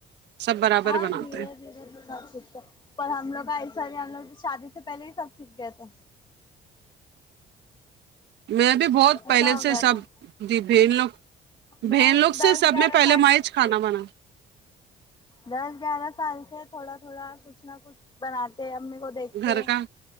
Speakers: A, on the right; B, on the left.
A: سب برابر
B: ہاں
A: بناتے
B: دھیرے
A: ہیں
B: دھیرے سب سیکھتے پر ہم لوگ کا ایسا ہی ہم لوگ شادی سے پہلے ہی سب سیکھ گئے تھے
A: میں بھی بہت
B: ایسا
A: پہلے
B: ہو
A: سے
B: گیا
A: سب
B: تھا
A: یے بہن لوگ بہن
B: میں
A: لوگ
B: تو دس
A: سے سب
B: گیارہ
A: میں پہلے
B: سال
A: میں
B: کی
A: چ
B: تھی
A: کھانا بنا
B: دس گیارہ سال سے تھوڑا تھوڑا کچھ نہ کچھ بناتے امی کو دیکھتے
A: گھر کا